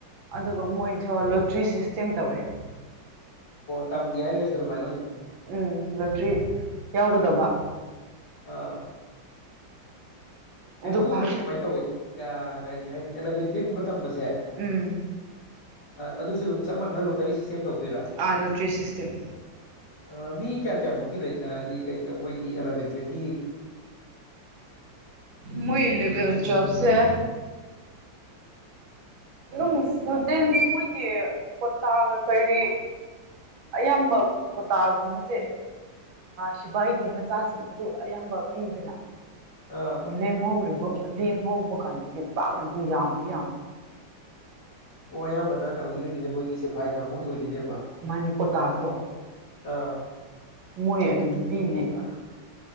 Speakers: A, on the right; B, on the left.
A: ꯑꯗꯨꯒ ꯃꯣꯏꯁꯨ ꯂꯣꯇ꯭ꯔꯤ ꯁꯤꯁꯇꯦꯝ ꯇꯧꯋꯦ
B: ꯇꯝꯒꯤꯦ ꯍꯥꯏꯒ ꯁꯂꯨ ꯃꯥꯏ
A: ꯎꯝ ꯂꯣꯇ꯭ꯔꯤ ꯌꯥꯎꯒꯗꯧꯕ
B: ꯑꯥ ꯀꯩꯅꯨꯒꯨꯝꯕꯗꯤ
A: ꯑꯗꯨ ꯐ
B: ꯀꯃꯥꯏꯅ ꯇꯧꯏꯤ ꯌꯥ ꯒꯥꯔꯤ ꯍꯥꯏꯅꯤ ꯑꯦꯂꯕꯦꯟꯗꯤꯦꯒꯨꯝꯕ ꯇꯝꯕꯁꯦ
A: ꯎꯝ
B: ꯑꯗꯨꯁꯨ ꯑꯗꯨ ꯆꯅ ꯀꯔꯤ ꯁꯤꯁꯇꯦꯝ ꯇꯧꯗꯣꯏꯔ
A: ꯑꯥ ꯂꯣꯇ꯭ꯔꯤ ꯁꯤꯁꯇꯦꯝ
B: ꯑ ꯃꯤ ꯀꯌꯥ ꯀꯌꯥꯃꯨꯛꯇꯤ ꯂꯩ ꯍꯥꯏꯗꯤ ꯀꯩ ꯃꯣꯏꯒꯤ ꯑꯦꯂꯚꯦꯟ ꯇꯨꯋꯦꯜꯐꯀꯤ
A: ꯃꯣꯏ ꯏꯂꯕꯦꯜ ꯆꯨꯌꯦꯐꯁꯦ ꯑꯗꯨꯝ ꯏꯁꯇꯨꯗꯦꯟꯁꯦ ꯃꯣꯏꯒꯤ ꯀꯣꯇꯥꯒ ꯀꯔꯤꯔꯤ ꯑꯌꯥꯝꯕ ꯀꯣꯇꯥꯒꯨꯝꯕꯁꯦ ꯁꯤꯕꯥꯏꯒꯤ ꯃꯆꯥꯁꯤꯡ ꯑꯗꯨ ꯑꯌꯥꯝꯕ ꯄꯤꯗꯅ
B: ꯑꯥ
A: ꯂꯦꯦꯝ ꯍꯧꯕꯔꯤꯕꯔꯤꯕ ꯂꯦꯝꯍꯧꯕ ꯀꯥꯟꯗꯗꯤ ꯄꯥꯛꯅꯗꯤ ꯌꯥꯝꯗꯤ ꯌꯥꯝꯗꯕꯅꯤ
B: ꯑꯣ ꯑꯌꯥꯝꯕꯅ ꯀꯩꯅꯣꯒꯤ ꯑꯣꯏꯗꯣꯏꯅꯦ ꯃꯣꯏꯒꯤ ꯁꯤꯦꯐꯥꯏ ꯀꯥꯡꯕꯨꯒꯤ ꯑꯣꯏꯗꯣꯏꯅꯦ
A: ꯃꯥꯅꯦ ꯀꯣꯇꯥꯗꯣ
B: ꯑꯥ
A: ꯃꯣꯏ ꯑꯗꯨꯝ ꯄꯤꯅꯩꯑꯕ